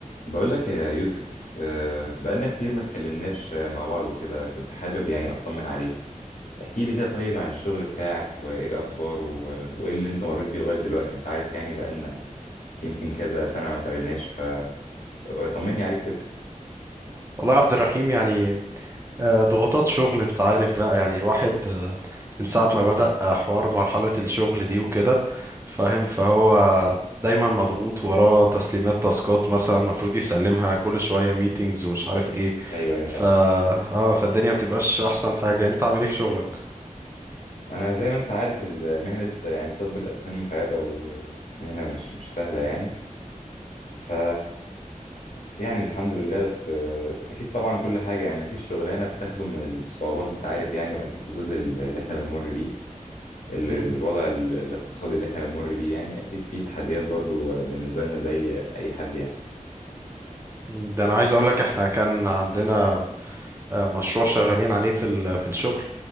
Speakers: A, on the left; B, on the right.
A: بقول لك يا يوسف آه، بقالنا كتير ما اتكلمناش آه، مع بعض وكده كنت حابب يعني اطمن عليك احكي لي كده طيب عن الشغل بتاعك وايه اخباره و- وايه اللي انت مريت بيه لغاية دلوقتي انت عارف يعني بقالنا يمكن كذا سنة ما اتقابلناش فطمني عليك كده
B: والله يا عبد الرحيم يعني آه، ضغوطات شغل انت عارف بقى يعني الواحد آه، من ساعة ما بدأ آه، حوار مرحلة الشغل دي وكده فاهم فهو دايما مضغوط وراه تسليمات تاسكات مثلا المفروض يسلمها كل شوية ميتينجز ومش عارف ايه
A: ايوه ايوه
B: فا
A: فاهم
B: اه فالدنيا بتبقاش احسن حاجة انت عامل ايه في شغلك
A: انا زي ما انت عارف ال- مهنة يعني طب الاسنان متعبة ومهنة مش مش سهلة يعني ف يعني الحمد لله بس آه، اكيد طبعا كل حاجه يعني مفيش شغلانه بتخلو من الصعوبات انت عارف يعني واكيد في ظل ال- اللي احنا بنمر بيه ال-
B: امم
A: ال- الوضع ال- الاقتصادي اللي احنا بنمر بيه يعني اكيد في تحديات برضو آه، بالنسبة لنا زي اي حد يعني
B: ده انا عايز اقولك احنا كان عندنا آه، مشروع شغالين عليه في ال- في الشغل